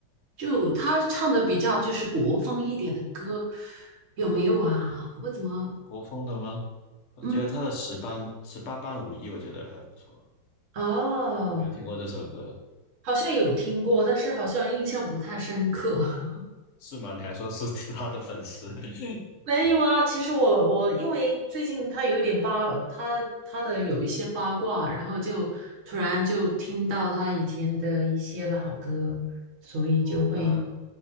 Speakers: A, on the right; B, on the left.
A: 就他唱的比较就是国风一点的歌，有没有啊？我怎么，
B: 国风的吗？我觉得他的十班十八般武艺，
A: 嗯，
B: 我觉得还不错。
A: 哦，
B: 你没有听过这首歌
A: 好像有听过，但是好像印象不太深刻。<laughs>
B: 是吗？你还说是他的粉丝？<laughs>
A: 没有啊，其实我我因为最近他有一点八，他他的有一些八卦，然后就突然就听到他以前的一些老歌，所以就会，
B: 哦，他